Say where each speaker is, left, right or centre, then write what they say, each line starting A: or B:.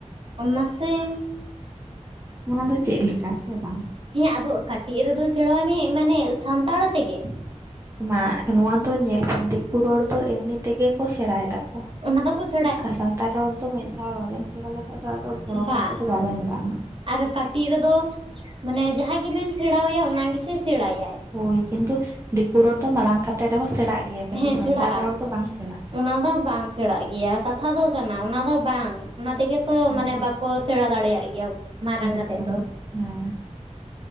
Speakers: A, on the right; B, on the right.
A: ᱚᱱᱟ ᱥᱮᱸ,
B: ᱚᱱᱟ ᱫᱚ ᱪᱮᱜ ᱞᱮᱠᱟ ᱥᱮ ᱵᱟᱝ?
A: ᱦᱮᱸ ᱟᱫᱚᱜ ᱠᱟᱹᱴᱤᱡ ᱨᱮᱫᱚ ᱥᱮᱬᱶᱟᱭ ᱢᱮ ᱢᱟᱱᱮᱜ ᱥᱟᱱᱛᱟᱲ ᱛᱮᱜᱮ᱾
B: ᱢᱟᱜ ᱱᱚᱣᱟ ᱫᱚ ᱧᱮᱞ ᱵᱮᱱ ᱫᱤᱠᱩ ᱨᱚᱲ ᱫᱚ ᱮᱢᱱᱤ ᱛᱮᱜᱮ ᱠᱚ ᱥᱮᱬᱟ ᱭᱮᱫᱟ ᱠᱚ᱾
A: ᱚᱱᱟ ᱫᱚᱠᱚ ᱪᱮ-
B: ᱟᱨ ᱥᱟᱱᱛᱟᱲ ᱨᱚᱲ ᱫᱚ ᱢᱮᱫ ᱫᱷᱟᱣ ᱵᱟᱵᱮᱱ ᱥᱮᱬᱟ ᱞᱮᱠᱷᱟᱡ ᱫᱚ, ᱟᱫᱚ ᱵᱷᱚᱲᱚ
A: ᱵᱟ
B: ᱠᱟᱛᱮᱜ ᱫᱚ ᱵᱟᱵᱮᱱ ᱜᱟᱱᱼᱟ᱾
A: ᱟᱨ ᱠᱟᱴᱤᱜ ᱨᱮᱫᱚ ᱢᱟᱱᱮ ᱡᱟᱦᱟᱸᱭ ᱜᱮᱵᱤᱱ ᱥᱮᱬᱟᱣ ᱟᱭᱟ, ᱚᱱᱟ ᱜᱮᱥᱮ ᱥᱮᱬᱟᱭᱟᱭ᱾
B: ᱦᱳᱭ ᱠᱤᱸᱛᱩ ᱫᱤᱠᱩ ᱨᱚᱲ ᱫᱚ ᱢᱟᱲᱟᱝ ᱠᱟᱛᱮ ᱨᱮᱦᱚᱸ ᱥᱮᱬᱟᱜ ᱜᱮᱭᱟ, ᱠᱤᱸᱛᱩ
A: ᱦᱮᱸ
B: ᱥᱟᱱᱛᱟᱲ
A: ᱥᱮᱬᱟᱜᱼᱟ
B: ᱨᱚᱲ ᱫᱚ ᱵᱟᱝ ᱥᱮᱬᱟᱜᱼᱟ᱾
A: ᱚᱱᱟ ᱫᱚ ᱦᱟᱸᱜ ᱵᱟᱝ ᱥᱮᱬᱟᱜ ᱜᱮᱭᱟ, ᱠᱟᱛᱷᱟ ᱫᱚ ᱠᱟᱱᱟ, ᱚᱱᱟ ᱫᱚ ᱵᱟᱝ ᱚᱱᱟ ᱛᱮᱜᱮ ᱛᱚ
B: ᱦᱳᱭ
A: ᱢᱟᱱᱮ ᱵᱟᱠᱚ ᱥᱮᱬᱟ ᱫᱟᱲᱮᱭᱟᱜ ᱜᱮᱭᱟᱵ ᱢᱟᱨᱟᱝ
B: ᱮᱠᱫᱚᱢ
A: ᱠᱟᱛᱮᱫ ᱫᱚ᱾
B: ᱦᱮᱸ,